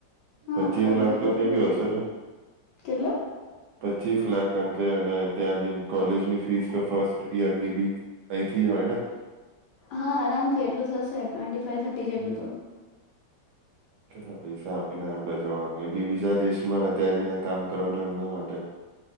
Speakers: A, on the left (about 70°); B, on the right (about 70°).
A: હા
B: પચીસ
A: ખર્ચો
B: લાખ તો થઇ
A: ખરા
B: ગયો હશે ને?
A: કેટલો
B: પચીસ લાખ કારણ કે અને ત્યાં જઈને કોલેજની ફીસ તો ફર્સ્ટ ઈયર ની બી અહીંથી જ હોય ને.
A: હા આરામથી એટલું થશે ટ્વેન્ટી ફવ થર્ટી જેટલું
B: હમ.
A: તો
B: કેટલા પૈસા આપીને આપડે જવાનું એ બી બીજા દેશ માં ને ત્યાં જઈને કામ કરવાનું એમના માટે